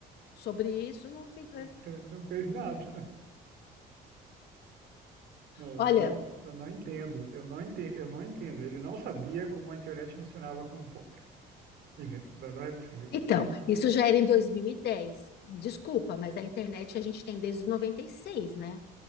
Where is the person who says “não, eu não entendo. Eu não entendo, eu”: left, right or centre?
Right